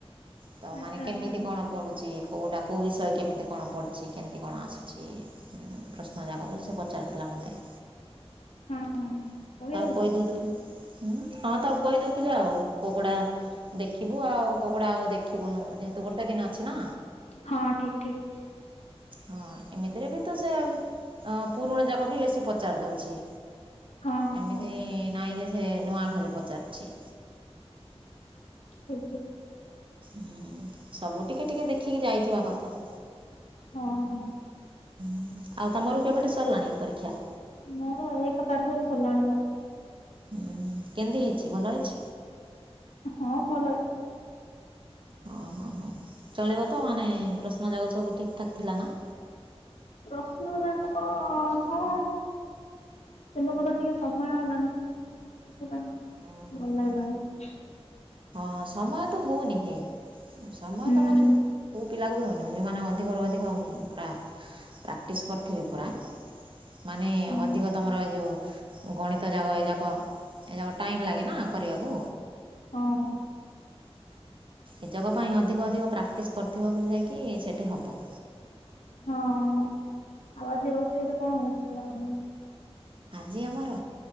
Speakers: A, on the right (about 50°); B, on the left (about 85°).
A: ତ
B: ଆଚ୍ଛା
A: ମାନେ
B: ଆଚ୍ଛା
A: କେମିତି କଣ ପଢ଼ୁଛି କେଉଁଟା କେଉଁ ବିଷୟ କେମିତି କଣ ପଢ଼ୁଛି କେମିତି କଣ ଆସୁଛି। ପ୍ରଶ୍ନ ଯାକ ବୋଲି ସେ ପଚାରୁଥିଲା ମୋତେ?
B: ହଁ ହଁ ହଁ
A: ହ
B: କହିଦେଲ
A: ତାକୁ କହିଦଉଥିଲିଁ ହଁ ତାକୁ କହିଦଉଥିଲି ଆଉ କୁକୁଡ଼ା ଦେଖିବୁ ଆଉ କୋଉ କୋଉ ଗୁଡ଼ା ଆଉ ଦେଖିବୁନୁ ଯେହେତୁ ଗୋଟେ ଦିନ ଅଛି ନା।
B: ହଁ ଠିକ ଠିକ।
A: ହଁ ଏମିତିରେ ବି ତ ସେ ପୁରୁଣା ଯାକ ବି ବେଶୀ ପଚାରି ଦେଉଛି।
B: ହଁ
A: ଏମିତି
B: ହଁ ହଁ
A: ନାଇଁ ଯେ ସେ ନୂଆ ଖାଲି ପଚାରୁଛି।
B: ଆଜ୍ଞା।
A: ହୁଁ ସବୁ ଟିକେ ଟିକେ ଦେଖିକି ଯାଇଥିବା କଥା।
B: ହଁ ହଁ।
A: ହ ଆଉ ତମର କେବେଠୁ ସରିଲାଣି ପରୀକ୍ଷା?
B: ମୋର ଏକ ତାରିଖରୁ ସରିଲାଣି ତ।
A: ହୁଁଁ କେମିତି ହେଇଛି ଭଲ ହେଉଛି।
B: ହଁ ଭଲ ହେଉଛି।
A: ହଁ ହ ହଁ ଚଳିବ ତ ମାନେ ପ୍ରଶ୍ନ ଯାଗକ ସବୁ ଠିକ୍ ଠାକ୍ ଥିଲା ନା?
B: ପ୍ରଶ୍ନ ଯାକ ତ ହଁ। କିନ୍ତୁ ମତେ ଟିକେ ସମୟ ହେଲାନି ସେଥିପାଇଁ
A: ଓହୋ
B: ଭଲ
A: ହୋ
B: ଲାଗିଲାନି।
A: ହଁ ସମୟ ତ ହଉନି ହେ। ସମୟ
B: ହୁଁ
A: ତ ମାନେ କୋଉ ପିଲାକୁ ବି ହଉନି ଯୋଉମାନେ ଅଧିକରୁ ଅଧିକ ପୁରା ପ୍ରାକ୍ଟିସ୍ କରିଥିବେ ପୂରା ମାନେ
B: ହୁଁ
A: ଅଧିକ ତୁମର ଯେଉଁ ଗଣିତ ଯାକ ଏଯାକ ଏଯାକ ଟାଇମ୍ ଲାଗେ ନା କରିବାକୁ।
B: ହଁ।
A: ଏ ଯୋଗ ପାଇଁ ଅଧିକ ଅଧିକ ପ୍ରାକ୍ଟିସ୍ କରିଥିବ ବୋଲି ଯାଇକି ସେଇଠି ହେବ।
B: ହଁ ଆଉ ଆଜି ରୋଷେଇରେ କଣ ହଉଛି ଖାଇବା ତମର?
A: ଆଜି ଆମର